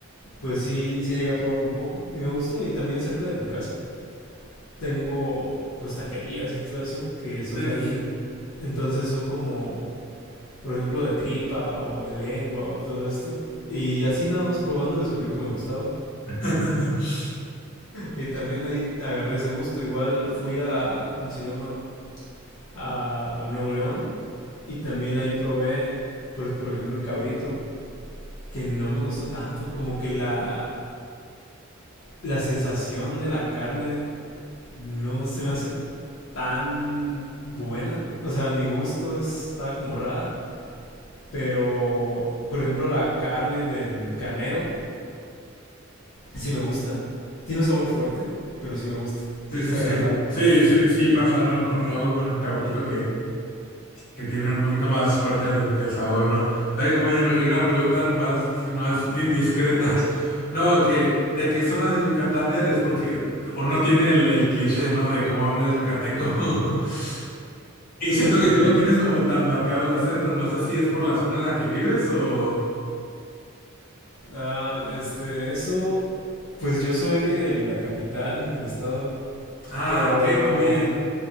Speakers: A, on the left (about 70°); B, on the left (about 45°).
A: pues sí, sí llegué a probar un poco y me gustó y también cerca de mi casa tengo pues taquerías y todo eso que son
B: Sí,
A: de ahí
B: sí, sí.
A: Entonces son como, por ejemplo, de tripa o de lengua o todo esto. Y así nada más probando descubrí que me gustaba.
B: <laughs>
A: Y también ahí agarré ese gusto. Igual fui a, ¿cómo se llama? A Nuevo León. Y también ahí probé, por, por ejemplo, el cabrito, que no me gustó tanto. Como que la, la sensación de la carne no se me hace tan buena. O sea, mi gusto está como rara. Pero, por ejemplo, la carne del carnero Sí me gusta. Tiene un sabor fuerte, pero sí me gusta. Sí
B: Sí, sí,
A: es agradable.
B: sí. Sí, sí,
A: Sí.
B: sí pasa, ¿no? Con luego con el cabrito que que tienen un poquito más fuerte el, el sabor, ¿no? Oye, compañero, y una pregunta nomás, si no es indiscreta. <laughs> No, que ¿de qué zona de Yucatán eres? Porque uno tiene el, el cliché, ¿no? De cómo habla el yucateco. <laughs> Y siento que
A: Porque,
B: tú no tienes como tan marcado el acento. No sé si es por la zona en la que vives o...
A: ah, este, eso, pues yo soy de la capital del estado,
B: Ah,
A: pero
B: ok, muy bien.